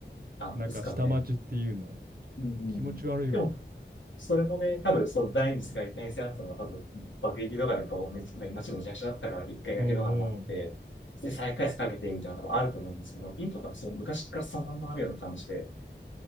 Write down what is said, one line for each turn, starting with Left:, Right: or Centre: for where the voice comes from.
Left: あ、
Right: なんか下町っていうの。
Left: ですからね。うん。
Right: 気持ち悪いわ。
Left: でも、それもね、多分そう、第二次世界大戦後の多分、爆撃とかでこう、めちゃめちゃ街もめちちゃだったから、一回だけのになって、
Right: うんうん。
Left: で、再開発かけてみたいなのもあると思うんですけど、インドはそう昔からそのまんまあるような感じで、